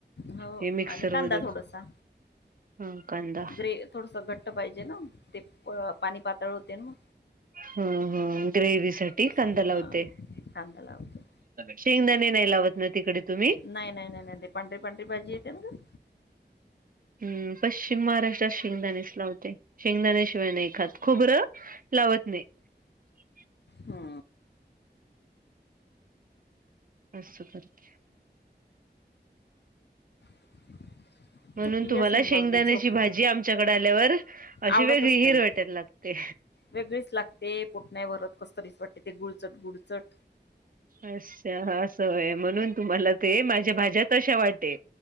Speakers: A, on the left (about 75°); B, on the right (about 55°).
A: हो
B: हे मिक्सर
A: आणि कांदा
B: मधून
A: थोडसा
B: ह कांदा
A: ग्रे थोडस घट पाहिजे ना ते पाणी पातळ होते ना मग.
B: हम्म हम्म ग्रेव्हीसाठी
A: तसं
B: कांदा लावते.
A: हा कांदा लावते.
B: शेंगदाणे नाही लावत ना तिकडे तुम्ही?
A: नाय नाय नाय. पांढरे पांढरे भाजी येते ना ग.
B: हम्म पश्चिम महाराष्ट्र शेंगदाणेस लावते शेंगदाण्याशिवाय नाही खात खोबरं लावत नाही. <inaudible>
A: हा.
B: असं करतेय
A: <inaudible>
B: म्हणून
A: थकली
B: तुम्हाला
A: असन
B: शेंगदाण्याची
A: बबली झोपली
B: भाजी
A: काय
B: आमच्याकडे आल्यावर अशी
A: आवडतच
B: वेगळी हिरवट
A: नाही.
B: लागते.
A: वेगळीच लागते पोट नाही भरत कसतरीच वाटते गुडचट गुडचट
B: असं असं होय म्हणून तुम्हाला ते माझ्या भाज्या तशा वाटेल.